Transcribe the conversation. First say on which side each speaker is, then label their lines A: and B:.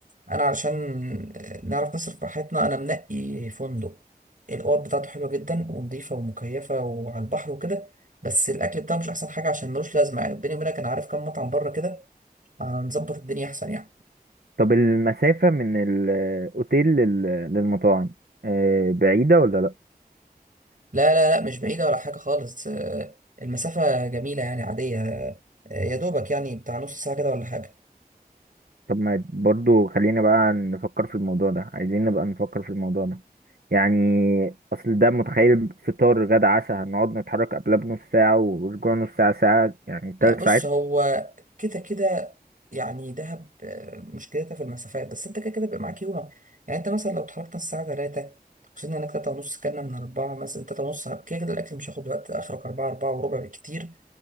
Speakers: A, on the right; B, on the right.
A: انا علشان آه، نعرف نصرف براحتنا انا منقي فندق الاوض بتاعته حلوة جدا ونضيفة ومكيفة وعلى البحر وكده بس الاكل بتاعه مش احسن حاجة عشان ملوش لازمة يعني بيني وبينك انا عارف كام مطعم بره كده هنظبط الدنيا احسن يعني
B: طب المسافة من الاوتيل لل- للمطاعم آه، بعيدة ولا لا
A: لا لا لا مش بعيدة ولا حاجة خالص آه، المسافة جميلة يعني عادية آه، يا دوبك يعني بتاع نص ساعة كده ولا حاجة
B: طب ما برضو خلينا بقى نفكر في الموضوع ده عايزين نبقى نفكر في الموضوع ده يعني اصل ده متخيل فطار غدا عشاء هنقعد نتحرك قبلها بنص ساعة ورجوع نص ساعة ساعة يعني
A: لا
B: ثلاث
A: بص
B: ساعات
A: هو كده كده يعني دهب آه، مشكلتها في المسافات بس انت كده كده بيبقى معاك يومك يعني انت مثلا لو اتحركنا الساعة 3 وصلنا هناك 3 ونص كنا من 4 مثلا 3 ونص كده كده الأكل مش هياخد وقت آخرك 4 4 وربع بالكتير